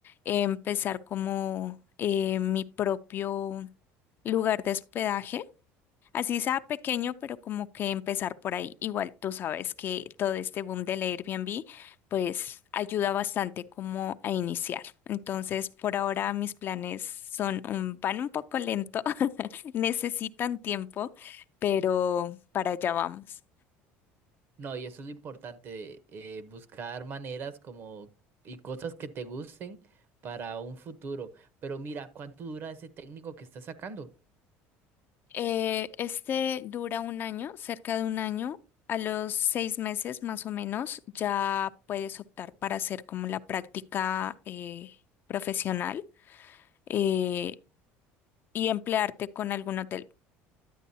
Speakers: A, on the left (about 40°); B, on the right (about 45°).
A: empezar como eh, mi propio lugar de hospedaje Así sea pequeño, pero como que empezar por ahí. Igual tú sabes que todo este boom del Airbnb, pues ayuda bastante como a iniciar. Entonces, por ahora mis planes son un- van un poco lento, <laughs> necesitan tiempo, pero para allá vamos.
B: No, y eso es lo importante, eh, buscar maneras como y cosas que te gusten para un futuro. Pero mira, ¿cuánto dura ese técnico que estás sacando?
A: Eh, este dura un año, cerca de un año. A los seis meses más o menos ya puedes optar para hacer como la práctica eh, profesional. Eh, y emplearte con algún hotel.